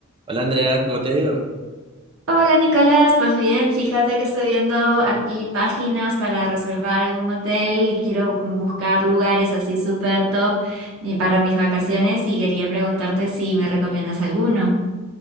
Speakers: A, on the right; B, on the right.
A: Hola Andrea, ¿cómo te ha ido?
B: Hola Nicolás, pues bien, fíjate que estoy viendo aquí páginas para reservar algún hotel y quiero buscar lugares así súper top y para mis vacaciones y quería preguntarte si me recomiendas alguno.